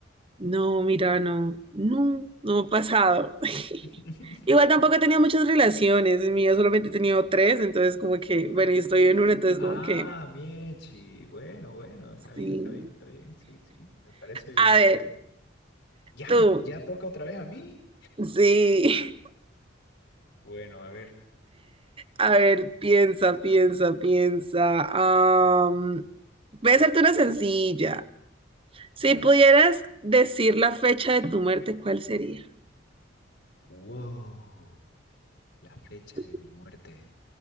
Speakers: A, on the right; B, on the left.
A: No, mira, no, no, no ha pasado. <laughs>
B: <laughs>
A: Igual tampoco he tenido muchas relaciones, en mi vida solamente he tenido tres, entonces como que, bueno, y estoy en una, entonces
B: Ah,
A: como que,
B: Miechi. Bueno, bueno, está bien,
A: sí.
B: está bien, está bien. Sí, sí, me parece bien.
A: A ver,
B: Bueno, ya
A: tú,
B: me, ya toca otra vez a mí.
A: sí. <laughs>
B: Bueno, a ver.
A: A ver, piensa, piensa, piensa. Am, voy a hacerte una sencilla. Si
B: Ya.
A: pudieras decir la fecha de tu muerte, ¿cuál sería?
B: Wow, la fecha
A: <laughs>
B: de mi muerte.